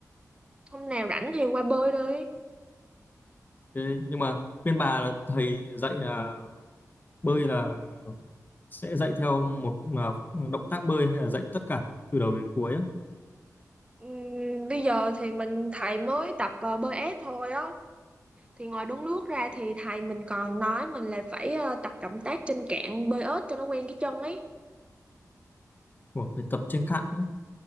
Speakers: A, on the right; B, on the left.
A: hôm nào rảnh thì qua bơi đi
B: thế nhưng mà bên bà là thầy dạy là bơi là sẽ dạy theo một mà động tác bơi hay là dạy tất cả từ đầu đến cuối á
A: Ừm, bây giờ thì mình thầy mới tập ờ, bơi ép thôi á thì ngoài đúng nước ra thì thầy mình còn nói mình là phải ờ, tập động tác trên cạn bơi ếch cho nó quen cái chân ấy
B: Ủa, phải tập trên cạn nữa